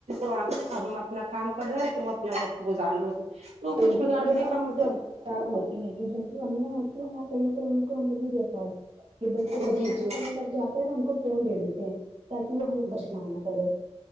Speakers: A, on the right; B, on the right.
A: آ ہم اپنا کام کر رہے ہیں تم اپنا وقت گزار لو تو
B: بالکل
A: کچھ بگاڑنے
B: یہ بات
A: کا
B: تو
A: مطلب
B: بالکل خراب ہوتی ہے تو <unintelligible> ج بھی امیاں ہوتی ہیں نہ کہیں کہیں امی کو ہمیں بھی دیک یہ بچے
A: جی
B: پریشان
A: جی
B: کرنے لگ جاتے ہیں تو ہم ان کو فون دے دیتے ہیں تاکہ وہ ہمیں
A: جی
B: پریشان نہ کرے